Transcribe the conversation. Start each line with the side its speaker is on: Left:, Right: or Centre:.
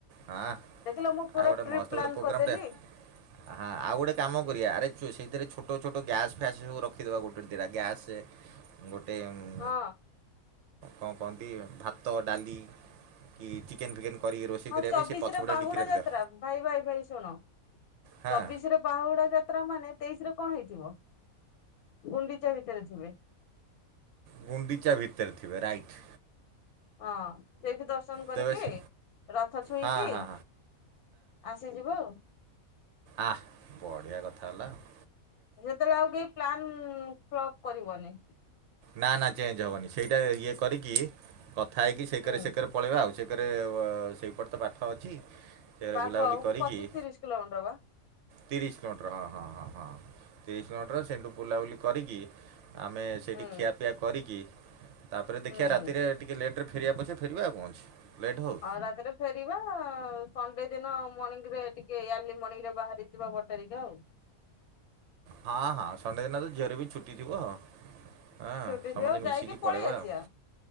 Right: ହଁ
Left: ଦେଖିଲ ମୁଁ ପୁରା
Right: ଆଉ ଗୋଟେ
Left: ପ୍ରି
Right: ମସ୍ତ
Left: ପ୍ଲାନ୍
Right: ଗୋଟେ ପୁଗ୍ରାମ
Left: କରିଦେଲି
Right: ଟେ। ହଁ ଆଉ ଗୋଟେ କାମ କରିବା ଆରେ ଚୁ ସେଇଥିରେ ଛୋଟ ଛୋଟ ଗ୍ୟାସ୍ ଫ୍ୟାସ୍ ସବୁ ରଖିଦବା ଗୋଟେ ଦିଟା ଗ୍ୟାସେ। ଗୋଟେ ଉଁ -
Left: ହଁ।
Right: କଅଁ କଅନ୍ତି ଭାତ ଡାଲି। କି ଚିକେନ୍ ଫିକେନ୍ କରିକି ରୋଷେଇ କରିବା
Left: ହଁ ଚବିଶିରେ
Right: ପାଇଁ ସେ ପଛପଟେ
Left: ବାହୁଡା
Right: ଡିକି ରଖିଦେବା
Left: ଯାତ୍ରା ଭାଇ ଭାଇ ଭାଇ ଶୁଣ।
Right: ହଁ
Left: ଚବିଶିରେ ବାହୁଡା ଯାତ୍ରା ମାନେ ତେଇଶି ରେ କଣ ହେଇଥିବ ଗୁଣ୍ଡିଚା ଭିତେରେ ଥିବେ।
Right: ଗୁଣ୍ଡିଚା ଭିତେରେ ଥିବେ ରାଇଟ୍।
Left: ହଁ ସେଇଠି ଦର୍ଶନ କରିକି
Right: ତେବେ ସେ
Left: ରଥ ଛୁଇଁକି
Right: ହଁ ହଁ
Left: ଆ ସେ ଯିବ।
Right: ଆଃ ବଢିଆ କଥା ହେଲା ଆଉ।
Left: ଯେତେବେଳେ ଆଉ କେହି ପ୍ଲାନ୍ ଫ୍ଲପ କରିବନି।
Right: ନା ନା ଚେଞ୍ଜ ହବନି ସେଇଟା ଇଏ କରିକି କଥା ହେଇକି ସେକରେ
Left: ହୁଁ
Right: ସେକରେ ପଳେଇବା ଆଉ ସେକରେ ସେଇପଟେ ତ ପାଠ ଅଛି। ସେଇକରେ
Left: ପାଖ
Right: ବୁଲାବୁଲି
Left: ଆଉ
Right: କରିକି
Left: କୁ ପଚିଶ ତିରିଶ କିଲୋମିଟର ପା।
Right: ତିରିଶ କିଲମିଟର ହଁ ହଁ ହଁ ହଁ ତିରିଶ କିଲମିଟର ସେଠୁ ବୁଲାବୁଲି କରିକି ଆମେ। ସେଠି
Left: ହୁଁ
Right: ଖିଆପିଆ କରିକି ତାପରେ ଦେଖିବା
Left: ହୁଁ
Right: ରାତିରେ ଟିକିଏ ଲେଟ୍ ରେ ଫେରିବା ପଛେ ଫେରିବା ଆଉ କଣ ଅଛି। ଲେଟ୍ ହଉ।
Left: ହଁ ରାତିରେ ଫେରିବା ସଣ୍ଡେ ଦିନ ମର୍ଣିଂ ରେ ଟିକେ ଆର୍ଲି ମର୍ଣିଂ ରେ ବାହାରି ଯିବା ବଟ୍ଟାରିକା ଆଉ।
Right: ହଁ ହଁ ସଣ୍ଡେ ଦିନତ ଝିଅରେ ବି ଛୁଟି ଥିବ। ହଁ
Left: ଛୁଟି
Right: ସମତେ
Left: ଦିଅ
Right: ମିଶିକି
Left: ଯାଇକି
Right: ପଳେଇବା
Left: ପଳେଇ ଆସିବା
Right: ଆଉ।